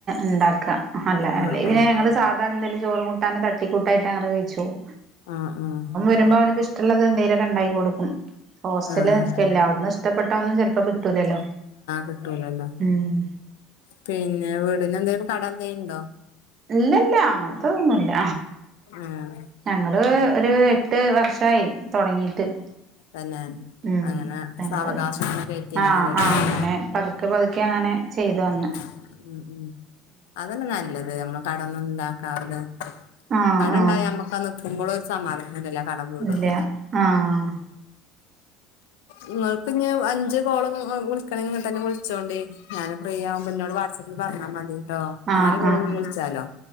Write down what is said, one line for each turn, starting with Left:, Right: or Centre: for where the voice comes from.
Right: ഉണ്ടാക്കുക... അല്ല
Left: ആഹ്
Right: അല്ലേലു
Left: ആഹ്
Right: ഞങ്ങള് സാധാ എന്തെലും ചോറും, കൂട്ടാനും തട്ടി കൂട്ടായിട്ട് ഞങ്ങള് കഴിച്ചു പോവും
Left: ആഹ്! ആഹ്!
Right: വരുമ്പോ അവനക്ക് ഇഷ്ടമുള്ളത് എന്തേലൊക്കെ ഉണ്ടായി കൊടുക്കും. ഹോസ്റ്റല്
Left: ആഹ് ആഹ്
Right: എല്ല അവിടന്ന് ഇഷ്ടപ്പെട്ട ഒന്നും ചിലപ്പോ കിട്ടൂലല്ലോ?
Left: കിട്ടലല്ലോ??
Right: ഉം
Left: പിന്നെ... വീടിന് എന്തെങ്കിലും കടം എന്തുണ്ടോ?
Right: ഇല്ലില്ല, അങ്ങനത്തെ ഒന്നുല്ല!
Left: ആഹ്
Right: ഞങ്ങള് ഒരു എട്ട്..... ട്ട് വർഷമായി തുടങ്ങീട്ട്.. !
Left: തന്നെ
Right: ഉം...
Left: അങ്ങനെ
Right: ങ്ങള്
Left: സാവകാശങ്ങനെ കയറ്റി അങ്ങനെ
Right: ആഹ്!
Left: ഉപയോഗിക്കാം
Right: ആഹ്! അങ്ങനെ പതുക്കെ പതുക്കെ അങ്ങനെ... ചെയ്തു തന്ന്...
Left: ഉം
Right: !!
Left: ഉം.. ഉം.. അതല്ലേ നല്ലത് നമ്മ... കടൊന്നും ഉണ്ടാക്കാണ്ട്!
Right: ആഹ്
Left: കടുണ്ടായാ
Right: ആഹ്
Left: നമ്മുക്കന്ന് കുമ്പോൾ സമാധാന.... എന്നലല്ലേ കടം വീടുള്ളു...
Right: ഇല്ല ആഹ്
Left: നിങ്ങൾക്ക് ഇനി അഞ്ച് കോളും വിളിക്കണെങ്കി തന്നെ വിളിച്ചോളീ.. ഞാന് ഫ്രീ ആകുമ്പ എന്നോട് വാട്സ് ആപ്പിൽ പറഞ്ഞാൽ മതി ആം
Right: ആഹ്
Left: നാല് കോള്
Right: ആഹ്
Left: വിളിച്ചാലോ?